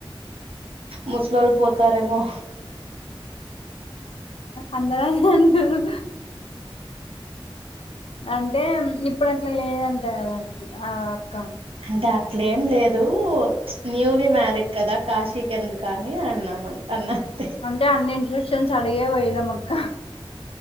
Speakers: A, on the right (about 80°); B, on the left (about 80°).
A: ముసలోళ్ళు పోతారేమో
B: అందరదే అంటుర్రు అంటే ఉమ్ ఇప్పుడట్ల లేదంటా కదా ఆ అక్క
A: అంటే అట్లేం లేదు న్యూలీ మ్యారీడ్ కదా కాశీకెందుకుని అన్నామన్ అన్న అంతే
B: అంటే అన్ని ఇన్స్ట్రక్షన్స్ అడిగే పోయినమక్క